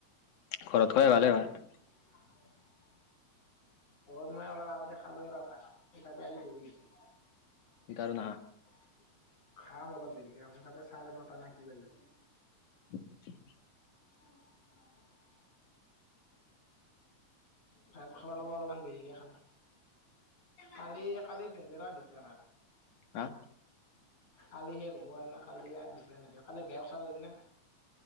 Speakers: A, on the left (about 90°); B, on the left (about 75°).
A: ঘৰত খোৱাই ভালে ভাত।
B: <inaudible> ঘৰত মই অলপ আগতে খালো আৰু ভাত তাতে আজি দেৰি হৈছে।
A: এতিয়া আৰু নাহা
B: খাম অলপ দেৰিকে, মোৰ তাতে চাৰে নটা নাই কি বাজিছে।
A: <inaudible>
B: <unintelligible> ভাত খাবা লাগে অলপমান দেৰিকে খাম। কালি কালি বেজেৰা দিছে ভাত।
A: হা।
B: কালি শেষ হ'ব না কালি ইয়াত দিছে নেদেখালে বেয়া কথা হৈ যাবি না?